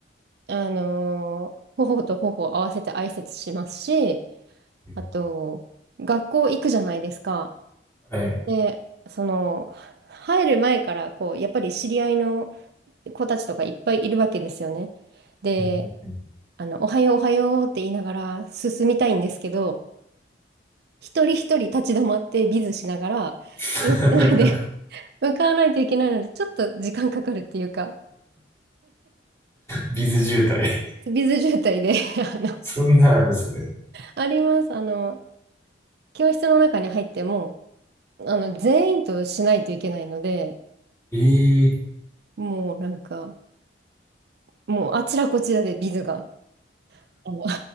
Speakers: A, on the right; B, on the left.
A: あのー頬と頬を合わせて挨拶しますし、
B: うん
A: あと、学校行くじゃないですか。
B: はい。
A: で、その、入る前から、こう、やっぱり知り合いの子たちとかいっぱいいるわけですよね。で、
B: うんうんうん
A: あの、おはよう、おはようって言いながら進みたいんですけど、一人一人立ち止まってビズしながら、
B: <laughs>
A: 教室まで <laughs> 向かわないといけないので、ちょっと時間かかるっていうか。
B: ビズ渋滞。
A: ビズ渋滞で <laughs> あの、
B: そんなんあるんですね。
A: あります。あの、教室の中に入っても、あの、全員としないといけないので、
B: ええ
A: もうなんか、もうあちらこちらでビズが、あの